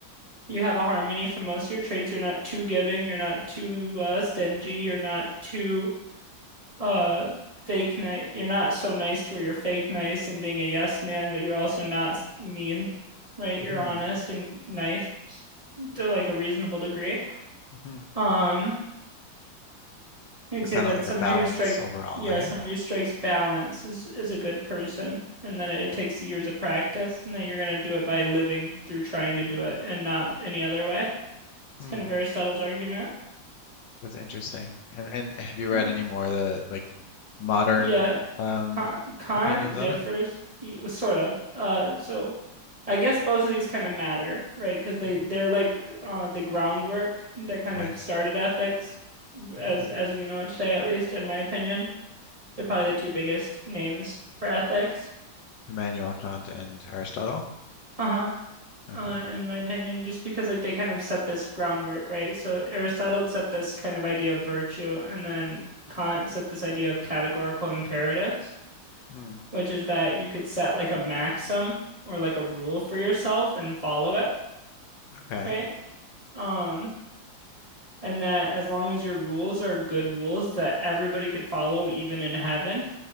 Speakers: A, on the right (about 20°); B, on the left (about 75°).
A: you have a harmony for most of your traits. You're not too giving, you're not too uh, stingy, you're not too uh fake nice you're not so nice to where you're fake nice and being a yes man but you're also not s- mean right you're
B: hmm
A: honest and nice to like a reasonable degree
B: hmm
A: um you'd say
B: Kind
A: that
B: of like
A: somebody
B: a balance
A: who strikes
B: overall,
A: yeah
B: hey?
A: somebody who strikes balance is is a good person and that it takes years of practice and that you're going to do it by living through trying to do it and not any other way it's
B: Hmm.
A: kind of Aristotle's argument
B: That's interesting. And and have you
A: Well,
B: read any more of the like modern
A: yeah
B: um
A: Current, current
B: opinions on
A: differs
B: it?
A: y- sort of. Uh, so I guess both of these kind of matter, right? Because they
B: hmm
A: they're like uh the groundwork that kind
B: Right.
A: of started ethics as
B: hmm
A: as we know it today, at least in my opinion. They're
B: Mm.
A: probably the two biggest names for ethics.
B: Immanuel Kant and Aristotle.
A: Uh-huh.
B: Okay.
A: Uh, in my opinion, just because like they kind of set this groundwork, right? So Aristotle set this kind of idea of virtue, and then Kant set this idea of categorical imperatives.
B: Mm.
A: which is that you could set like a maxim or like a rule for yourself and follow it,
B: Okay.
A: right? Um, and that as long as your rules are good rules that everybody could follow, even in heaven,